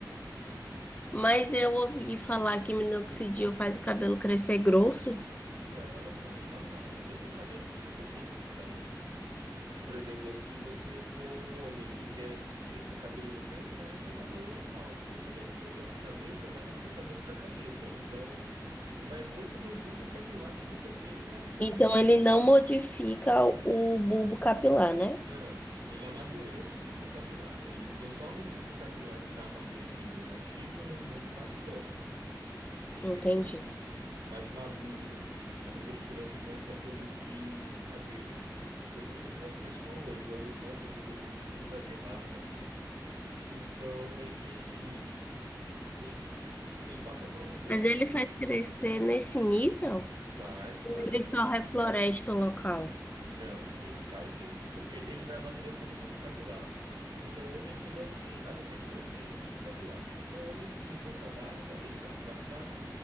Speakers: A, on the left (about 20°); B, on the right (about 80°).
A: Mas eu ouvi falar que minoxidil faz o cabelo crescer grosso,
B: Não, não, normal. É o mesmo cabelo que você tem. Então, por exemplo, se você for um homem e quer que cresça cabelo no peito, vai nascer um cabelo normal. Se você quer que cresça na cabeça, vai nascer o cabelo da cabeça. Então, vai muito do bulbo capilar que você tem na...
A: então ele não modifica o bulbo capilar, né?
B: Não, ele amadurece o bulbo capilar. Ele transforma um bulbo capilar que está amadurecido ou inativo num bulbo mais forte. Entendeu?
A: Entendi.
B: mais maduro, como se ele estivesse pronto para produzir cabelo. Eu sei que algumas pessoas, alguns homens usam minoxidil para ter barba. Então eles e- e- ele passa por alguns processos.
A: Mas ele faz crescer nesse nível?
B: Faz, faz.
A: Ele só
B: É,
A: refloresta o local.
B: Não, ele faz mesmo, porque ele vai amadurecendo o bulbo capilar. Então, o homem que não tem, a não ser que não tenha bulbo capilar. Então, o homem que tem pouca barba, ele pode passar,